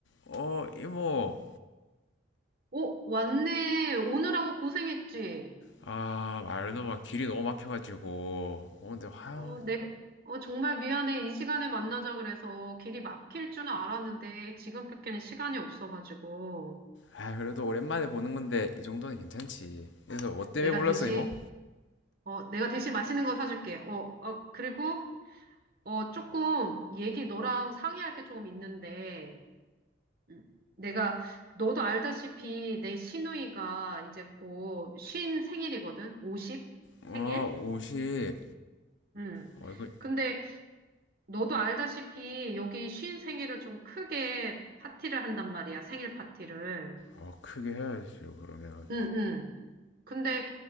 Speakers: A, on the left; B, on the right.
A: 어, 이모.
B: 오, 왔네. 오느라고 고생했지.
A: 아, 말도 막 길이 너무 막혀가지고. 어, 근데, 아,
B: 어, 내, 어, 정말 미안해. 이 시간에 만나자 그래서 길이 막힐 줄은 알았는데 지금밖에는 시간이 없어가지고
A: 아, 그래도 오랜만에 보는 건데, 이 정도는 괜찮지. 그래서, 뭐 때문에
B: 내가
A: 불렀어,
B: 대신,
A: 이모?
B: 어, 내가 대신 맛있는 거 사줄게. 어, 어, 그리고, 어, 조금 얘기 너랑 상의할 게 조금 있는데 음, 내가, 너도 알다시피 내 시누이가 이제 곧 쉰 생일이거든? 50
A: 어,
B: 생일?
A: 옷이,
B: 음.
A: 어, 이거,
B: 근데 너도 알다시피 여기 쉰 생일을 좀 크게 파티를 한단 말이야, 생일 파티를.
A: 어, 크게 해야죠, 그러면.
B: 응, 응. 근데